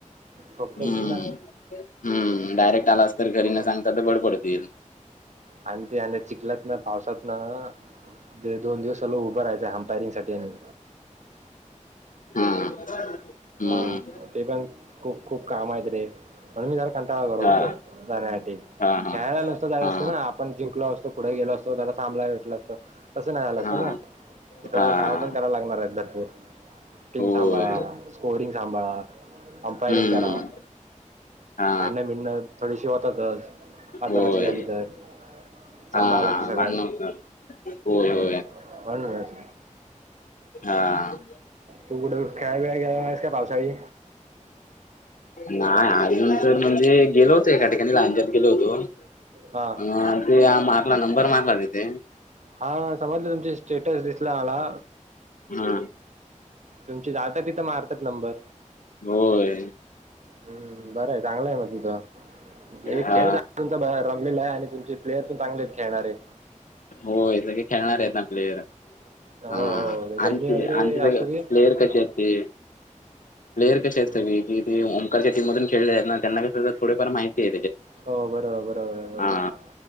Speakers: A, on the right; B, on the left.
A: खोक्ता
B: हम्म.
A: येतील ना
B: हम्म डायरेक्ट आलास तर घरी
A: ह
B: न सांगता तर बड पडतील.
A: आणि ते चिखल्यात ना पावसात ना देढ़ दोन दिवस सल उभं राहायचं ह साठी आणि
B: हम्म हम्म
A: हा ते पण खूप खूप काम आहेत रे म्हणून मी जर का करत
B: हा
A: होतो जाण्यासाठी
B: हा हा
A: खेळायला नुसत जायचं
B: हा
A: असं ना आपण जिंकलो असतो पुढे गेलो असतो त्या थांबला भेटलं असतं तसं नाही आलं असतं
B: हा
A: ना इतरांना
B: हा
A: काम पण करायला लागणार आहेत भरपूर टीम
B: होय
A: सांभाळा स्कोरिंग सांभाळा अंपयरिंग
B: हम्म
A: करा
B: हा
A: अन बिन थोडीशी होतातच आताकशी
B: होय
A: झाली तर सांभाळायला
B: हा
A: लागतं सगळं
B: मण हो हो
A: हम्म. म्हणूनच
B: हा
A: तू कुठे खेळावेेळा गेलास का पावसाळी
B: नाही अरऊन तर म्हणजे गेलो होतो एका ठिकाणी लांच्यात गेलो होतो
A: हां
B: अ ते मारला नंबर मारला तेते
A: हा समजलं तुम स्टटस मला्
B: हा
A: तुमची जात तिथं मारतात नंबर
B: होय
A: हम्म बर आहे चांगलं आहे म तुमचा एक
B: हा
A: खेळ तुमचा रमलेला आहे आणि ते प्लेयर पण चांगले खेळणार आहेत
B: होये खेळणार
A: हम्म.
B: आहेत ना प्लेयर
A: हो
B: हा
A: हो गजनी
B: आणख
A: वगैरे
B: आणख स
A: असतो की
B: प्लेयर कसे आहेत ते प्लेअर कश असत
A: हम्म.
B: ते ओकारच्या टीमधून खेळले आहेत ना त्यांना कस थोडेफार माहिती
A: हो बरोबर बरोबर
B: ह
A: बरोबर